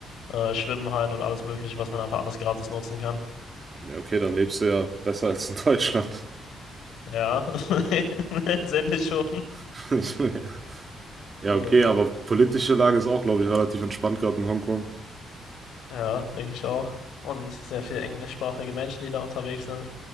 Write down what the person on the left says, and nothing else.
Äh, Schwimmhallen und alles Mögliche, was man einfach anders gratis nutzen kann.
Ja, <laughs> letztendlich schon.
So,
ja, denke ich auch. Und sehr viele englischsprachige Menschen, die da unterwegs sind.